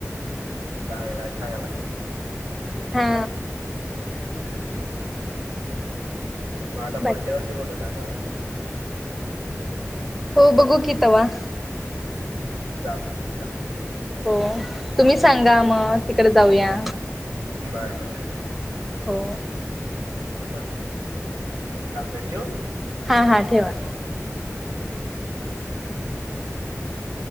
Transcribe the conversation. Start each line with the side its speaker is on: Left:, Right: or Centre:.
Right: चांगलाय हाय. चांगला आहे.
Centre: हा.
Right: ह <unintelligible> म आता पुढच्या
Centre: बाय
Right: वर्षी कुठं जाणार आहे.
Centre: हो बघू की तवा.
Right: चालतंय चालतंय.
Centre: हो. तुम्ही सांगा मग तिकडे जाऊया?
Right: हम्म. बरं बरं
Centre: हो.
Right: हा. चालतंय ठेवू.
Centre: हा-हा ठेवा.